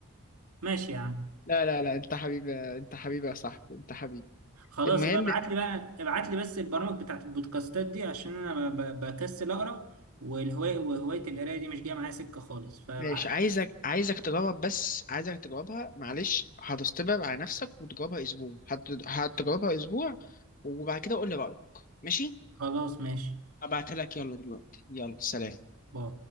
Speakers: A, on the right; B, on the left.
A: ماشي يا عم
B: لا لا لا انت حبيبي انت حبيبي يا صاحبي انت حبيبي
A: خلاص
B: المهم
A: ابقى ابعت لي بقى ابعت لي بس البرامج بتاعت البودكاستات دي عشان انا ب- بكسل اقرا والهوايه وهوايه القرايه دي مش جايه معايا سكه خالص فابعت
B: ماشي
A: لي.
B: عايزك عايزك تجرب بس عايزك تجربها معلش هتستبعد على نفسك وتجربها اسبوع هت... هتجربها اسبوع وبعد كده قول لي رأيك ماشي
A: خلاص ماشي
B: ابعتها لك يلا دلوقتي يلا سلام
A: باي